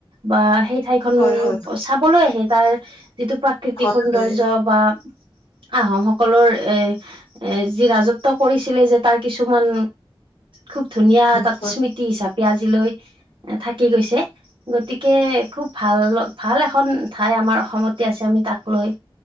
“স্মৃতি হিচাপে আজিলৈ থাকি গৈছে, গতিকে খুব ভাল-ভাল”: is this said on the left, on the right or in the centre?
Right